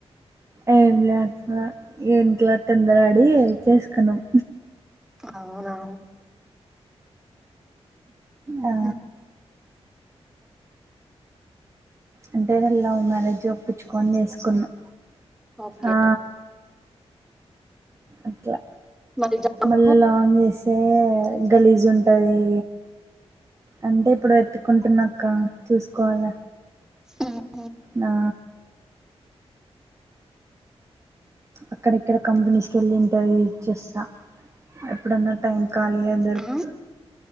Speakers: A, on the right (about 25°); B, in the centre.
A: ఏం లేక అక్క ఇంట్లో తొందరపడి చేసుకున్నాం
B: అవునా
A: ఆ
B: హ
A: అంటే లవ్ మ్యారేజ్ ఒప్పించుకొని చేసుకున్నాం
B: ఓకే
A: ఆ అట్ల
B: మరి జాబ్
A: మత్ ఇ లాంగ్ చేస్తే గలీజ్ ఉంటది అంటే ఇప్పుడు వెతుకుంటున్నాక్క చూసుకోవల్ల
B: అహ్
A: నా అక్కడెక్కడ కంపెనీస్కిళ్ళి ఇంటర్వూ ఇచ్చస్సా ఎప్పుడన్నా టైమ్ ఖాళీగా దొరుతె
B: ఆ!